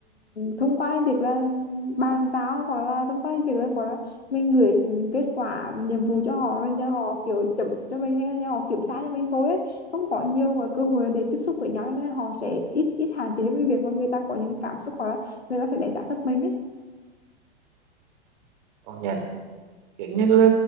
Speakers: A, on the left; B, on the right.
A: thông qua cái việc là bàn giao hoặc là thông qua cái việc là gọi là mình gửi kết quả nhiệm vụ cho họ rồi nhờ họ kiểu chấm cho mình hay là nhờ họ kiểm tra cho mình thôi ấy. không có nhiều và cơ hội để tiếp xúc với nhau cho nên là họ sẽ ít ít hạn chế hơn cái việc mà người ta có những cảm xúc hoặc là người ta sẽ đánh giá thấp mình ấy
B: công nhận kiểu như là